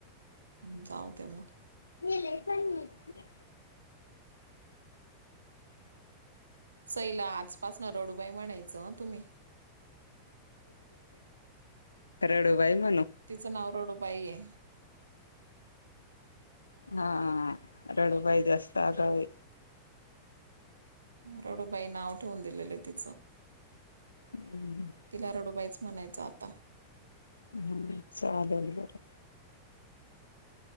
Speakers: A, on the right; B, on the left.
A: हम्मं जावते मंग
B: मले लेसन नाहीं
A: सैला आंजपासून नं रडूंबाई म्हणायचं तुम्हीं
B: रडूं बाई म्हणूं
A: तिचं नांव रडूं बाई आहे
B: हां रडूं बाई जास्तं अंगवू आहे
A: रडूं बाई नांव ठेवूंन दिलेलं आहे तिचं
B: हम्मं
A: तिलां रडूंबाईचं म्हणायचं आंता
B: हम्मं चालेल बरं